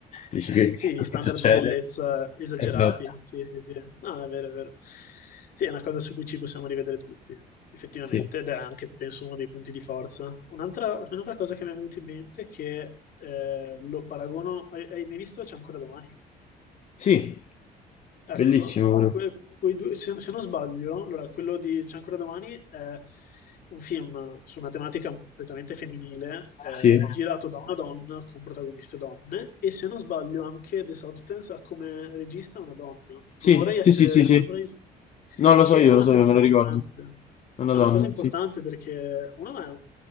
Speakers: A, on the left; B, on the left.
A: dici che, che
B: Sì, gli standard
A: succede?
B: di bellezza esagerati.
A: Esatto.
B: Sì, sì, sì. No, è vero, è vero. Sì, è una cosa su cui ci possiamo rivedere tutti, effettivamente,
A: Sì,
B: ed è anche, penso, uno dei punti di forza. Un'altra un'altra cosa che mi è venuta in mente è che eh, lo paragono... Hai hai mai visto C'è ancora domani?
A: sì,
B: Ecco,
A: bellissimo pure.
B: que- quei due, se, se non sbaglio, allora, quello di C'è ancora domani è un film su una tematica completamente femminile, eh,
A: Sì,
B: girato da una donna con protagoniste donne, e se non sbaglio anche The Substance ha come regista una donna.
A: sì,
B: Non vorrei essere,
A: sì, sì, sì, sì.
B: non vorrei
A: No, lo
B: che
A: so io,
B: è una
A: lo so
B: cosa
A: io, me
B: importante.
A: lo ricordo. È una
B: È
A: donna,
B: una cosa importante
A: sì.
B: perché uno è... un-